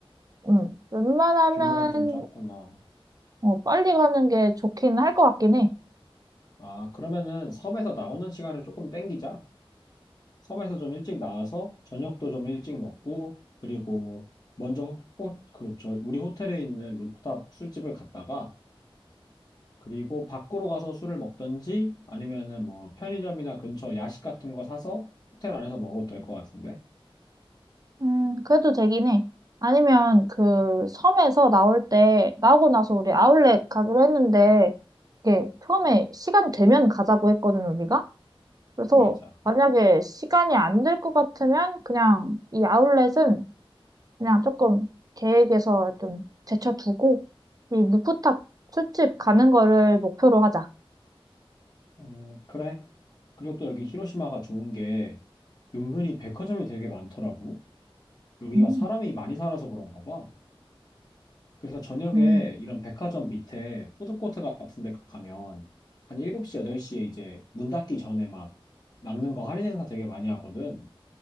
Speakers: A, on the right; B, on the left.
A: 음, 웬만하면,
B: 규모가 좀 작구나.
A: 어, 빨리 가는 게 좋긴 할 것 같긴 해.
B: 아, 그러면은 섬에서 나오는 시간을 조금 땡기자. 섬에서 좀 일찍 나와서 저녁도 좀 일찍 먹고, 그리고 먼저 호, 그, 저, 우리 호텔에 있는 루프탑 술집을 갔다가, 그리고 밖으로 가서 술을 먹든지, 아니면은 뭐 편의점이나 근처 야식 같은 거 사서 호텔 안에서 먹어도 될 것 같은데?
A: 음, 그래도 되긴 해. 아니면 그 섬에서 나올 때 나오고 나서 우리 아울렛 가기로 했는데 이게 처음에 시간 되면 가자고 했거든 우리가. 그래서
B: 맞아.
A: 만약에 시간이 안 될 것 같으면 그냥 이 아울렛은 그냥 조금 계획에서 좀 제쳐두고 이 루프탑 술집 가는 거를 목표로 하자.
B: 음, 그래. 그리고 또 여기 히로시마가 좋은 게 은근히 백화점이 되게 많더라고. 여기가
A: 음,
B: 사람이 많이 살아서 그런가 봐. 그래서 저녁에
A: 음,
B: 이런 백화점 밑에 푸드코트 같은 데 가면 한 7시, 8시에 이제 문 닫기 전에 막 남는 거 할인 행사 되게 많이 하거든.